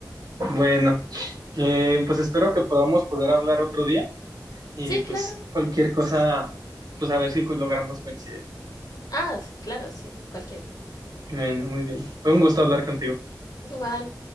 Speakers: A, on the right; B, on the left.
A: Bueno, eh, pues espero que podamos poder hablar otro día y
B: Sí,
A: pues
B: claro.
A: cualquier cosa, pues a ver si logramos coincidir.
B: Ah, sí, claro, sí, cualquier día.
A: Bueno, muy bien. Fue un gusto hablar contigo.
B: Igual,